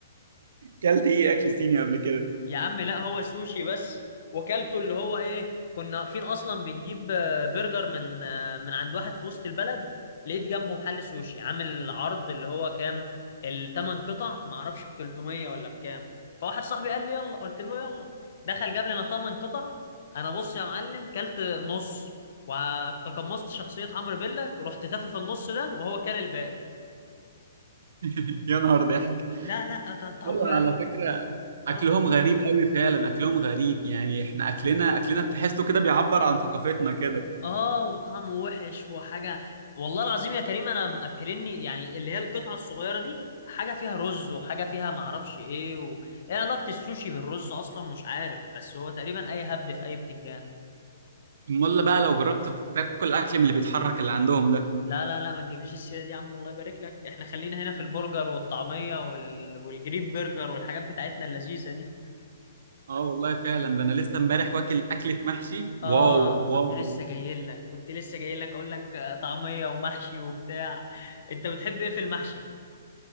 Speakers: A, on the right; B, on the left.
A: كلت ايه اكل صيني قبل كده
B: يا عم لا هو سوشي بس وكلته اللي هو ايه كنا واقفين اصلا بنجيب آه، برجر من آه، من عند واحد في وسط البلد لقيت جنبه محل سوشي عامل عرض اللي هو كام الثمان قطع ما اعرفش ب 300 ولا بكام فواحد صاحبي قال لي يلا قلت له يلا دخل جاب لنا ثمان قطع انا بص يا معلم كلت نص وتقمصت شخصية عمرو بيلا رحت تافه في النص ده وهو كل الباقي
A: <laughs> يا نهار ضحك
B: لا لا ده طعمه
A: ايوه
B: يا
A: على
B: اخي
A: فكره
B: اه
A: اكلهم غريب قوي فعلا اكلهم غريب يعني احنا اكلنا اكلنا تحسه كده بيعبر عن ثقافتنا كده
B: اه وطعمه وحش وحاجه والله العظيم يا كريم انا مأكلني يعني اللي هي القطعه الصغيره دي حاجه فيها رز وحاجه فيها معرفش ايه و... ايه علاقه السوشي بالرز اصلا مش عارف بس هو تقريبا اي هبد في اي بتنجان
A: امال بقى لو جربت تاكل اكل من اللي بيتحرك اللي عندهم ده
B: لا لا لا ما تجيبليش السيره دي يا عم الله يبارك لك احنا خلينا هنا في البرجر والطعميه وال... والجرين برجر والحاجات بتاعتنا اللذيذه دي
A: اه والله فعلا ده انا لسه امبارح واكل اكله محشي واو
B: اه
A: واو
B: كنت لسه جاي لك كنت لسه جاي لك اقول لك آه، طعميه ومحشي وبتاع انت بتحب ايه في المحشي